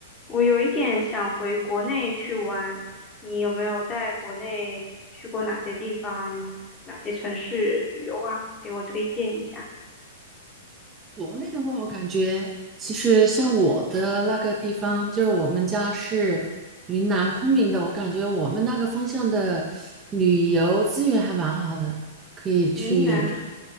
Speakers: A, on the left; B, on the right.
A: 我有一点想回国内去玩，你有没有在国内去过哪些地方、哪些城市旅游啊？给我推荐一下。
B: 国内的话，我感觉其实像我的那个地方，就是我们家是云南昆明的，我感觉我们那个方向的旅游资源还蛮好的，可以去看。
A: 云南，